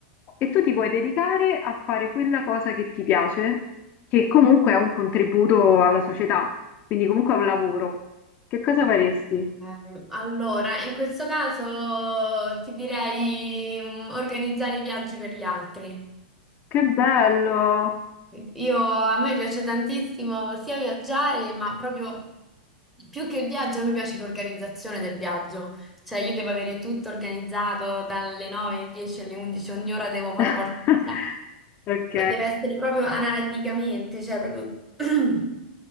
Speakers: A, on the left; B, in the centre.
A: e tu ti puoi dedicare a fare quella cosa che ti piace, che comunque è un contributo alla società, quindi comunque è un lavoro. Che cosa faresti?
B: Ehm, Allora, in questo caso ti direi mh, organizzare i viaggi per gli altri.
A: Che bello!
B: Io, a me piace tantissimo sia viaggiare, ma proprio più che il viaggio, a me piace l'organizzazione del viaggio. Cioè, io devo avere tutto organizzato dalle 9 alle 10 alle 11, ogni ora devo fare
A: <laughs>
B: qualcosa.
A: Ok,
B: Ma deve essere proprio analiticamente, cioè proprio <clears throat>